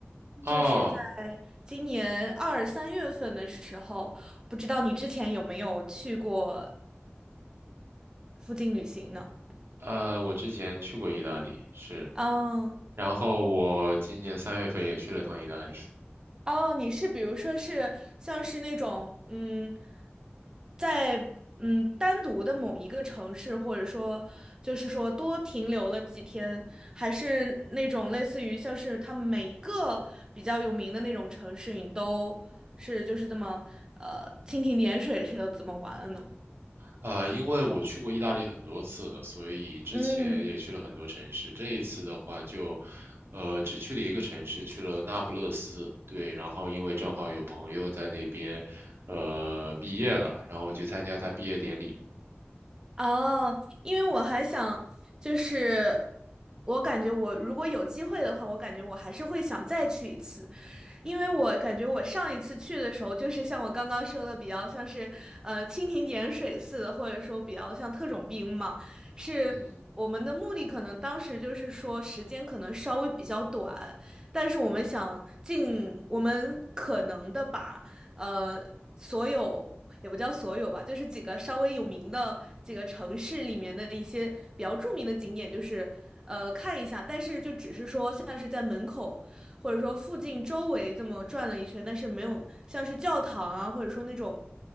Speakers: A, on the right (about 15°); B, on the right (about 60°).
A: 就是在今年二三月份的时候，
B: 哦，
A: 不知道你之前有没有去过附近旅行呢？
B: 呃，我之前去过意大利，是，
A: 嗯。
B: 然后我今年三月份也去了趟意大利。
A: 哦，你是比如说是像是那种嗯，在嗯单独的某一个城市，或者说就是说多停留了几天，还是那种类似于像是他每一个比较有名的那种城市，你都是就是这么呃蜻蜓点水似的怎么玩了呢？
B: 呃，因为我去过意大利很多次了，所以之前也去了很多城市。
A: 嗯，
B: 这一次的话就，呃，只去了一个城市，去了那不勒斯。对，然后因为正好有朋友在那边，呃，毕业了，然后我去参加他毕业典礼。
A: 哦，因为我还想，就是我感觉我如果有机会的话，我感觉我还是会想再去一次，因为我感觉我上一次去的时候，就是像我刚刚说的，比较像是呃蜻蜓点水似的，或者说比较像特种兵嘛，是我们的目的可能当时就是说时间可能稍微比较短，
B: 嗯，
A: 但是我们想尽我们可能的把呃所有也不叫所有吧，就是几个稍微有名的几个城市里面的一些比较著名的景点，就是呃看一下，但是就只是说像是在门口。或者说附近周围这么转了一圈，但是没有像是教堂啊，或者说那种